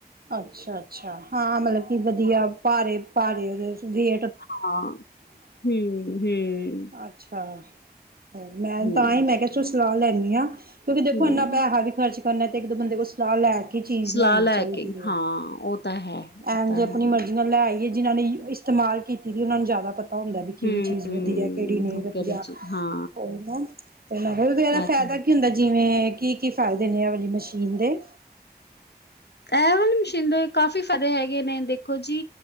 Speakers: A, on the right; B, on the left.
A: ਅੱਛਾ ਅੱਛਾ, ਹਾਂ ਮਤਲਬ ਕਿ ਵਧੀਆ ਭਾਰੇ ਭਾਰੇ ਉਹਦੇ ਵੇ
B: ਹਾਂ <unintelligible> ਹਮ ਹਮ
A: ਅੱਛਾ <unintelligible> ਮੈਂ
B: ਹੂੰ
A: ਤਾਂ ਹੀ ਮੈਂ ਕਿਹਾ ਚੋ ਸਲਾਹ ਲੈਂਦੀ ਹਾਂ ਕਿਉਂਕਿ ਦੇਖੋ
B: ਹੂੰ
A: ਇੰਨਾ ਪੈਸਾ ਵੀ ਖਰਚ ਕਰਨਾ, ਤੇ ਇੱਕ ਦ ਬੰਦੇ ਕੋਲ ਸਲਾਹ ਲੈ ਕੇ ਚੀਜ਼
B: ਸਲਾਹ
A: ਲੈਣੀ
B: ਲੈ
A: ਚਾਹੀਦੀ
B: ਕੇ
A: ਹੈ
B: ਹਾਂ ਉਹ ਤਾ ਹੈ ਉਹ
A: ਐਨ
B: ਤਾਂ
A: ਜੇ ਆਪਣੀ
B: ਹੈ
A: ਮਰਜ਼ੀ ਨਾਲ ਲੈ ਆਈਏ, ਜਿਨਾਂ ਨੇ ਇਸਤੇਮਾਲ ਕੀਤੀ ਸੀ ਉਹਨਾਂ ਨੂੰ ਜ਼ਿਆਦਾ ਪਤਾ ਪਤਾ ਹੁੰਦਾ ਵੀ ਕਿਹੜੀ
B: ਹੂੰ
A: ਚੀਜ਼
B: ਹੂੰ
A: ਵਧੀਆ, ਕਿਹੜੀ ਨਹੀਂ
B: ਹਾਂ
A: ਵਧੀਆ
B: ਕਰੇ ਜੀ ਹਾਂ
A: ਕੋਈ ਨਾ, ਤੇ ਮਤਲਬ ਇਹਦਾ
B: ਇਹ
A: ਫਾਇਦਾ
B: ਤਾਂ
A: ਕੀ ਹੁੰਦਾ ਜਿਵੇਂ ਕਿ ਫਏਦੇ ਨੇ ਇਹ ਵਾਲੀ ਮਸ਼ੀਨ ਦੇ
B: ਇਹ ਵਾਲ ਮਸ਼ੀਨਦੇ ਕਾਫੀ ਫਦੇ ਹੈਗੇ ਨੇ, ਦੇਖੋ ਜੀ